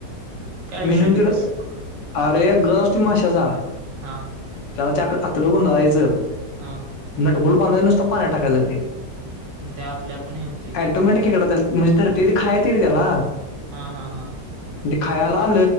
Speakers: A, on the right; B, on the left.
A: काय
B: मी
A: विषय
B: नेऊन
A: त्यो
B: दिलं
A: कस पकड
B: अरे गश ते माशाचा.
A: हा
B: त्या वरती आत आत्डं गुंडवायचा
A: हा.
B: नट बोल्ट बांधायचं नुस्ता पाण्यात टाकायचयं ते.
A: म ते आपल आपण हे होतयं.
B: टोमॅटो खेकडं रे ते म्हणजे ते खायाय येतयं रे त्याला.
A: हा हा हा.
B: ते खायला आल